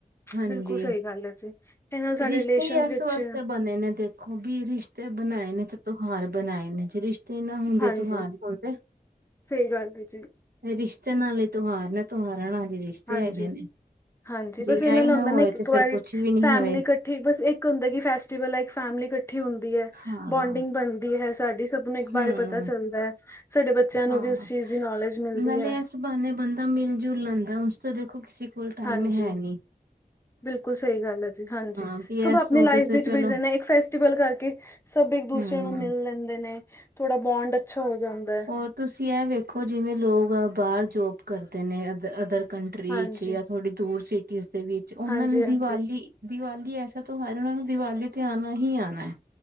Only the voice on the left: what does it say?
ਬਿਲਕੁਲ ਸਹੀ ਗੱਲ ਹੈ ਜੀ ਇਹ ਨਾਲ ਸਾਡੇ
ਰਿਲੇਸ਼ਨ
ਵਿੱਚ
ਹਾਂਜੀ
ਸਹੀ ਗੱਲ। ਹੈ ਜੀ
ਹਾਂਜੀ-ਹਾਂਜੀ
ਬਸ
ਇਹਨਾਂ ਨਾਲ
ਹੁੰਦਾ ਨਾ,
ਇੱਕ-ਇੱਕ
ਵਾਰੀ
ਫੈਮਲੀ,
ਇਕੱਠੀ ਇਕੱਠੀ, ਬਸ ਇੱਕ ਹੁੰਦਾ ਕਿ ਫੈਸਟੀਵਲ ਹੈ। ਇੱਕ ਫੈਮਲੀ ਇਕੱਠੀ ਹੁੰਦੀ ਹੈ।
ਬੋਂਡਿੰਗ ਬਣਦੀ ਏ ਸਾਡੀ। ਸਭ ਨੂੰ ਇਸ
ਬਾਰੇ ਪਤਾ ਚੱਲਦਾ ਐ, ਸਾਡੇ ਬੱਚਿਆਂ ਨੂੰ
ਵੀ ਉਸ ਚੀਜ਼ ਦੀ ਨੌਲੇਜ ਮਿਲਦੀ
ਹੈਂ।
ਹਾਂਜੀ
ਬਿਲਕੁਲ ਸਹੀ ਗੱਲ ਐ ਜੀ, ਹਾਂਜੀ
ਸਭ
ਆਪਣੀ
ਲਾਈਫ
ਵਿੱਚ
ਬਿਜੀ ਇੱਕ ਫੈਸਟੀਵਲ ਕਰਕੇ ਸਭ ਇੱਕ ਦੂਸਰੇ
ਨੂੰ ਮਿਲ ਲੈਂਦੇ ਨੇ, ਥੋੜਾ ਬੋਂਡ ਅੱਛਾ ਹੋ ਜਾਂਦਾ ਐ।
ਹਾਂਜੀ
ਹਾਂਜੀ
ਹਾਂਜੀ